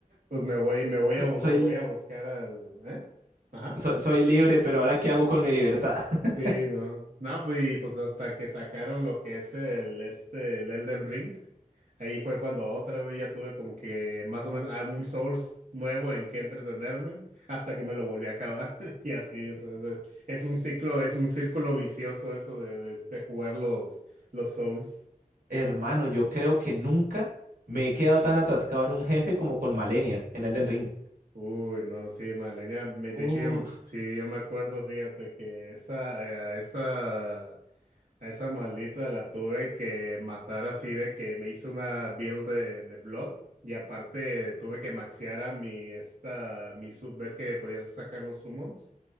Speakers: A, on the right; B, on the right.
A: Pues me voy, me voy
B: so-
A: a, bus-
B: soy,
A: me voy a buscar al, ¿eh? Ajá.
B: so- soy libre, pero ahora ¿qué hago con mi libertad? <laughs>
A: Sí, no. No, pues, y pues hasta que sacaron lo que es el este el Elden Ring, ahí fue cuando otra vez ya tuve como que más o menos ah, un Souls nuevo en que entretenerme, hasta que me lo volví a acabar. <laughs> Y así, o sea, es, es un ciclo, es un círculo vicioso eso de, de, este, jugar los, los Souls.
B: Hermano, yo creo que nunca me he quedado tan atascado en un jefe como con Malenia en Elden Ring.
A: Uy, no, sí, Malenia, me- de
B: Uf,
A: hecho yo, sí, yo me acuerdo, fíjate que esa, eh, esa A esa maldita la tuve que matar así de que me hizo una build de, de Blood y aparte tuve que maxear a mi esta mi sub, ves que podías sacar los summons,